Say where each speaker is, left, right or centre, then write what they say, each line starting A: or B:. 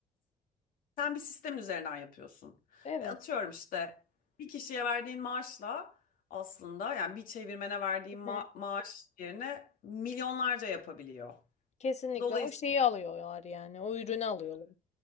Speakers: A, on the left; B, on the left.
A: sen bir sistemin üzerinden yapıyorsun.
B: Evet.
A: Ve atıyorum işte bir kişiye verdiğin maaşla aslında yani bir çevirmene verdiğin
B: Hı
A: ma-
B: hı.
A: maaş yerine milyonlarca yapabiliyor.
B: Kesinlikle
A: Dolayısıyla
B: o şeyi alıyorlar yani. O ürünü alıyorlar.